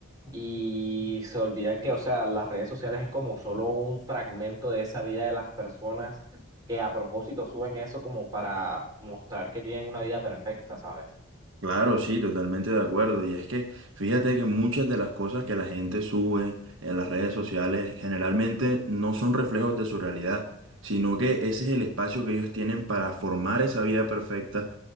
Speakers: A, on the right; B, on the right.
A: y se olvidan que, o sea, las redes sociales es como solo un fragmento de esa vida de las personas que a propósito suben eso como para mostrar que tienen una vida perfecta, ¿sabes?
B: Claro, sí, totalmente de acuerdo. Y es que fíjate que muchas de las cosas que la gente sube en las redes sociales generalmente no son reflejos de su realidad, sino que ese es el espacio que ellos tienen para formar esa vida perfecta